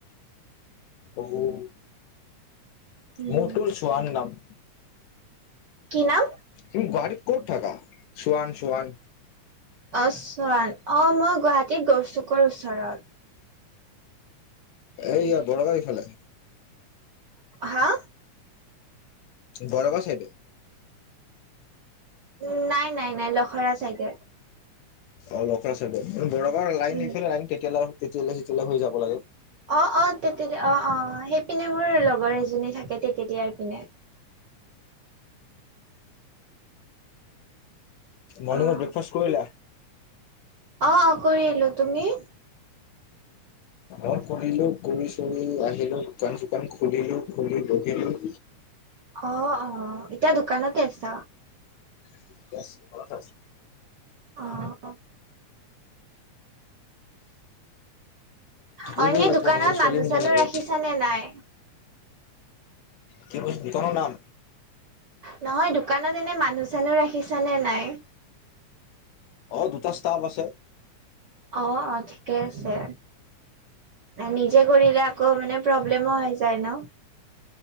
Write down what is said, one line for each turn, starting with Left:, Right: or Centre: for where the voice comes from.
Left: পু
Right: উম
Left: মতুৰ চোৱান নাম।
Right: কি নাম?
Left: তুমি গুৱাহাটীত ক'ত থাকা চোৱান, চোৱান।
Right: অ, চান অ, মই গুৱাহাটীত গৈছো ক ওচৰত।
Left: এইয় বৰগাড়ীফালে।
Right: হা।
Left: বৰগৰছ সেইটো।
Right: উ, নাই, নাই, নাই লখৰা চাইগোৰ।
Left: অ, লকৰা চডত বৰৰ লাইনফালে
Right: উম
Left: নাইন তেতিয়াল, তেতিয়ালে, তেতিয়ালে হৈ যাব লাগে।
Right: অ', অ', তেতেল অ', অ', সেইপিনে মোৰ লগৰ এজনী থাকে তেতেলীয়া ৰপিনে
Left: মৰ্ণিং
Right: অ
Left: ব্ৰেকফাষ্ট কৰিলা।
Right: অ', অ', কৰি আহিলো তুমি?
Left: অ, খলো কৰি চুৰি আহিলো দোকান, চুকান খুলিলো, খুলি বহিলো।
Right: অ', অ', এতিয়া দোকানতে আছা।
Left: <inaudible>
Right: অ'। অ
Left: এইবও
Right: এনেই
Left: লাগিব
Right: দোকানত
Left: নহ'লে চলিম
Right: মানুহ চানুহ
Left: কেনেকে।
Right: ৰাখিছানে নাই
Left: কি বছ কোনো নাম।
Right: নহয় দোকানত এনে মানুহ, চানুহ ৰাখিছ নে নাই।
Left: অ, দুটা ষ্টাফ আছে।
Right: অ', অ', ঠিকে আছে নিজে কৰিলো। আকৌ মানে প্ৰব্লেমো হৈ যায় ন।